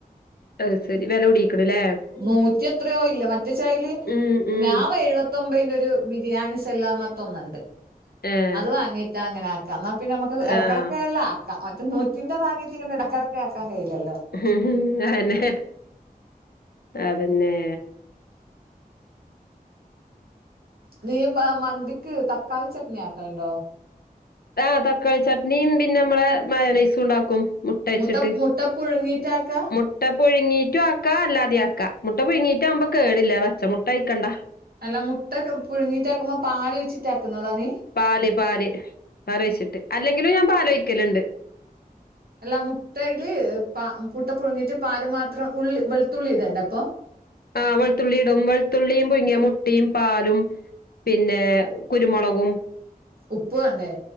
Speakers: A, on the left; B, on the right.
A: അത് ശരി വെല കൂടിക്ക്ണ്ല്ലേ
B: നൂറ്റി എത്രയോ ഇല്ല മറ്റേ ചായല്
A: ഉം ഉം
B: ഞാൻ എഴുപത്തി ത്തൊമ്പതിന്റ ഒരു ബിരിയാണി സെല്ലാംന്നത്തൊന്നുണ്ട്
A: ഏഹ്
B: അത് വാങ്ങീട്ടാ അങ്ങനെ. എന്നാ പിന്നെ നമുക്ക് ഇടക്കിടക്കെല്ല
A: ആഹ്
B: ആക്കാം മറ്റ മറ്റിന്റെ വാങ്ങീട്ട് ഇങ്ങനെ ഇടക്കിടക്ക് ആക്കാൻ കഴയില്ലല്ലോ.
A: ഉ ഹും അന്നെ അതന്നെ.
B: നീ മ മന്തിക്ക് തക്കാളി ചട്നി ആക്കലുണ്ടോ?
A: ആഹ് തക്കാളി ചട്ട് നീയും പിന്നെ മ്മളെ മയോനൈസും ഉണ്ടാക്കും മുട്ടവച്ചിട്ട്
B: മുട്ട മുട്ട പുഴുങ്ങിട്ടാക്കാ
A: മു മുട്ട പുഴുങ്ങീട്ടും ആക്ക അല്ലാതെ ആക്ക മുട്ട പുഴുങ്ങീട്ടാവുമ്പോ കേടില്ല പച്ച മുട്ട അയിക്കണ്ട.
B: അല്ല മുട്ടക്കെ പുഴുങ്ങിട്ടാക്കുമ്പോ പാൽഒഴിച്ചിട്ട ആക്കുന്നതാ നീ
A: പാല്, പാല്, പാല് വെച്ചിട്ട് അല്ലെങ്കിലും ഞാൻ പാല് ഒഴിക്കലുണ്ട്.
B: അല്ലാ മുട്ടയില് പാ മുട്ട പുഴുങ്ങിയിട്ട് പാല് മാത്രം ഉള്ളി വെളുത്തുള്ളി ഇടണ്ടെ അപ്പൊ.
A: ആഹ് വെളുത്തുള്ളി ഇടും വെളുത്തുള്ളിയും പുങ്ങിയ മുട്ടിയും പാലും. പിന്നെ കുരുമുളകും.
B: ഉപ്പ് വാണ്ടേ?